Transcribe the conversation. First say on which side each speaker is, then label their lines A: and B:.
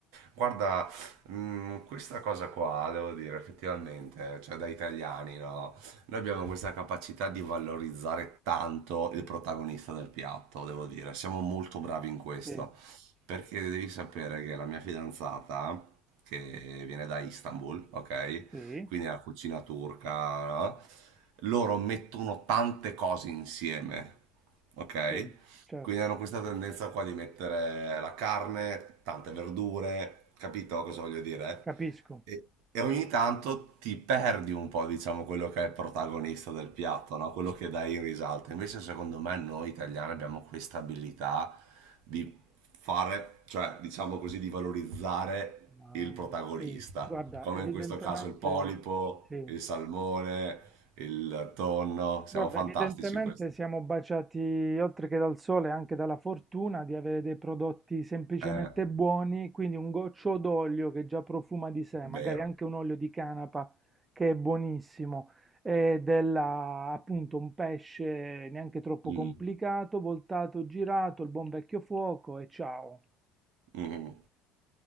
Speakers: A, on the right; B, on the right.
A: Guarda, mh, questa cosa qua, devo dire, effettivamente, cioè da italiani, no? Noi abbiamo questa capacità di valorizzare tanto il protagonista del piatto, devo dire. Siamo molto bravi in questo.
B: Sì,
A: Perché devi sapere che la mia fidanzata, che viene da Istanbul, ok?
B: sì,
A: Quindi la cucina turca, no? Loro mettono tante cose insieme, ok?
B: sì, certo,
A: Quindi hanno questa tendenza qua di mettere la carne, tante verdure, capito cosa voglio dire?
B: capisco.
A: E, e ogni tanto ti perdi un po', diciamo, quello che è il protagonista del piatto, no? Quello che dai in risalto. Invece, secondo me, noi italiani abbiamo questa abilità di fare, cioè, diciamo così, di valorizzare
B: Ma
A: il protagonista,
B: sì, guarda,
A: come
B: evidentemente
A: in questo caso il polipo,
B: sì,
A: il salmone, il tonno. Siamo
B: Guarda,
A: fantastici
B: evidentemente
A: in questo.
B: siamo baciati oltre che dal sole anche dalla fortuna di avere dei prodotti semplicemente
A: È
B: buoni, quindi un goccio d'olio che già profuma di sé,
A: vero.
B: magari anche un olio di canapa che è buonissimo, e della, appunto un pesce neanche troppo
A: Mm,
B: complicato, voltato, girato, il buon vecchio fuoco e ciao.
A: mm, mm,